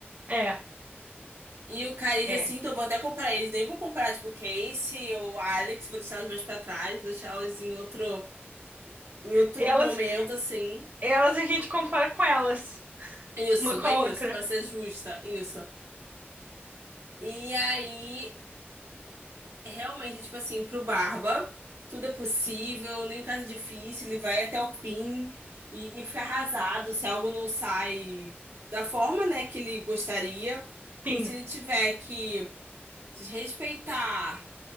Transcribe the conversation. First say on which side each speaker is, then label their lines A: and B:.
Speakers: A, on the right; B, on the right.
A: É,
B: E o Caíde,
A: é.
B: assim, então eu vou até comprar eles. Nem vou comprar tipo, Casey ou Alex, vou deixar elas mais pra trás, vou deixar elas em outro, em outro
A: Elas,
B: momento, assim.
A: elas a gente compara com elas,
B: Isso,
A: uma com
B: bem
A: a outra.
B: isso, pra ser justa, isso. E aí. Realmente, tipo assim, pro Barba, tudo é possível, nem caso é difícil, ele vai até o fim e, e fica arrasado se algo não sai da forma, né, que ele gostaria.
A: Sim.
B: E se ele tiver que desrespeitar